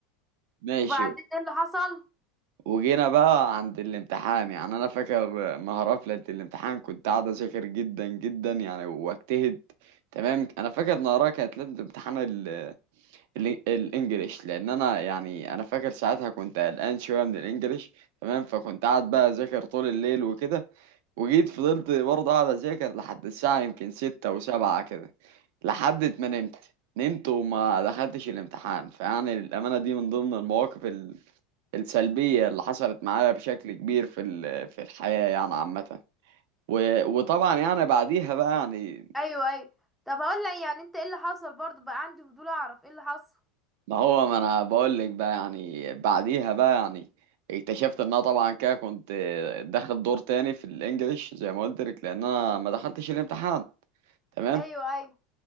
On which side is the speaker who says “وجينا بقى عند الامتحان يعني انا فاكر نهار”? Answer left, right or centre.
Right